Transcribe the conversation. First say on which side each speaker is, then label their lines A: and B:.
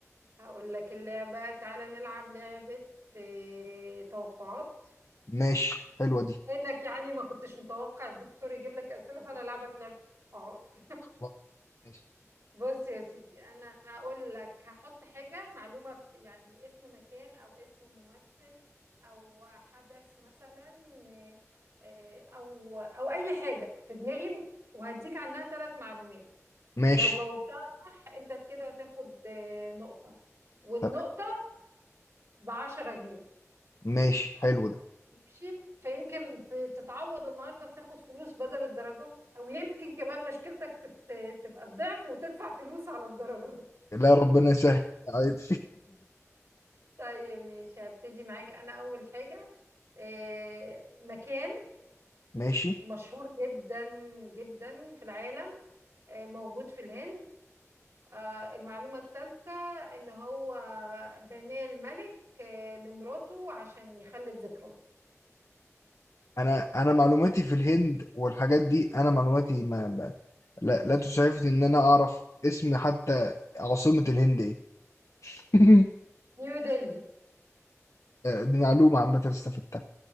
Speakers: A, on the right (about 70°); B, on the left (about 65°).
A: هقول لك اللعبة تعالى نلعب لعبة آه، توقعات
B: ماشي حلوة دي
A: انك يعني ما كنتش متوقع الدكتور يجيب لك اسئلة فانا العبك لعبة توقعات
B: خلاص ماشي
A: بص يا سيدي انا هقول لك هحط حاجه معلومه في- يعني اسم مكان او اسم ممثل او حدث مثلا آه، آه، او او اي حاجه في دماغي وهديك عنها ثلاث معلومات
B: ماشي
A: لو جاوبتها صح انت كده هتاخد آه، نقطه والنقطه
B: تمام
A: بعشرة جنيه
B: ماشي حلو ده
A: ماشي فيمكن ت- تتعوض النهارده وتاخد فلوس بدل الدرجات او يمكن كمان مشكلتك تت- تبقى الضعف وتدفع فلوس على الدرجات
B: لا ربنا يسهل عادي
A: طيب ماشي هبتدي معاك انا اول حاجة آه، مكان
B: <laughs> ماشي
A: مشهور جدا جدا في العالم آه، موجود في الهند آه، المعلومة الثالثة ان هو بناه الملك آه، لمراته عشان يخلد ذكراه
B: انا انا معلوماتي في الهند والحاجات دي انا معلوماتي ما ما- لا لا تسعفني ان انا اعرف اسم حتى عاصمة الهند ايه <laughs>
A: نيو دلهي
B: دي معلومة عامة استفدتها